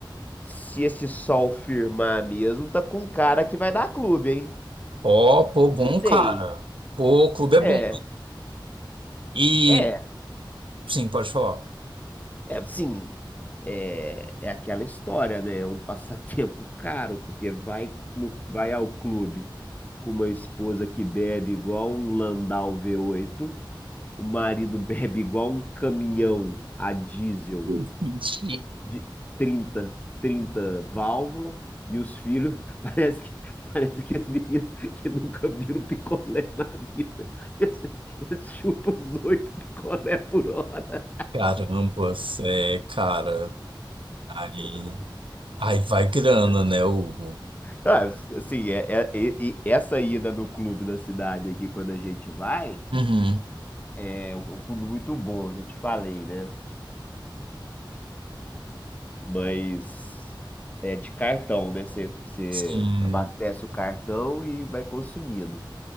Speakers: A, on the left; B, on the right.
A: se esse sol firmar mesmo, tá com cara que vai dar clube, hein?
B: Ó, pô,
A: Não
B: bom, cara.
A: sei.
B: Pô, o clube é
A: É.
B: bom. E,
A: É,
B: sim, pode falar. <laughs>
A: É, sim, é, é aquela história, né? É um passatempo <laughs> caro, porque vai, no, vai ao clube com uma esposa que bebe igual um Landau v oito, o marido <laughs> bebe igual um caminhão a diesel
B: Hum, Ixi,
A: de trinta trinta válvula, e os filhos, <laughs> parece que, parece que as meninas que nunca viram picolé na vida, <laughs> eles, eles chupam os oito picolé por hora.
B: Carambas, é, cara. Aí, aí vai grana, né, Hugo?
A: Ah, assim, é, é- e- e essa ida no clube da cidade aqui, quando a gente vai,
B: Uhum,
A: é um um clube muito bom, já te falei, né? Mas é de cartão, né? Você você
B: sim.
A: abastece o cartão e vai consumindo.